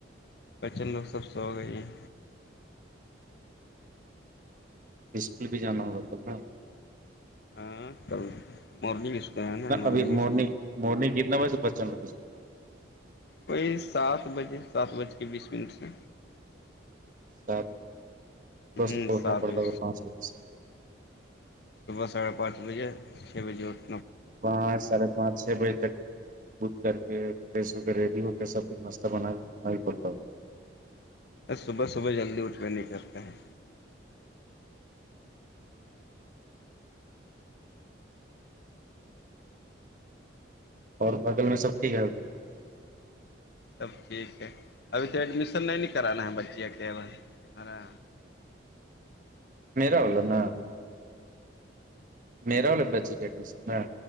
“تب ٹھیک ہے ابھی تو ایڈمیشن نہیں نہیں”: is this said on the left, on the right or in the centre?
Left